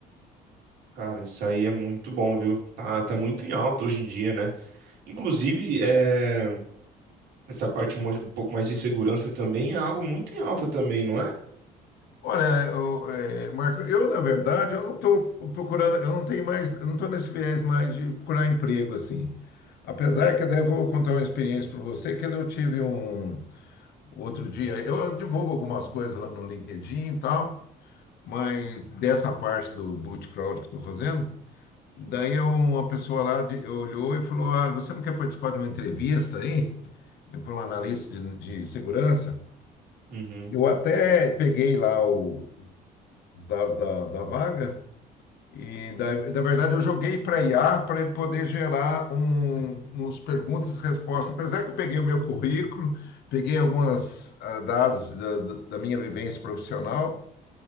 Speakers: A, on the right; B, on the left.
A: Cara, isso aí é muito bom, viu? Tá, tá muito em alta hoje em dia, né? Inclusive, é, essa parte mo- um pouco mais de segurança também é algo muito em alta também, não é?
B: Olha, eu, eh, Marco, eu na verdade eu não estou procurando, eu não tenho mais, eu não estou nesse viés mais de procurar emprego assim. Apesar que daí eu vou contar uma experiência para você, que eu tive um outro dia, eu divulgo algumas coisas lá no LinkedIn e tal, mas dessa parte do boot crowd que estou fazendo, daí eu- uma pessoa lá de- olhou e falou: Ah, você não quer participar de uma entrevista aí? Para um analista de de segurança?
A: Uhum.
B: Eu até peguei lá o os dados da, da vaga E da, na verdade eu joguei para IA para ele poder gerar um, uns perguntas e respostas. Apesar que eu peguei o meu currículo, peguei alguns dados da, da da minha vivência profissional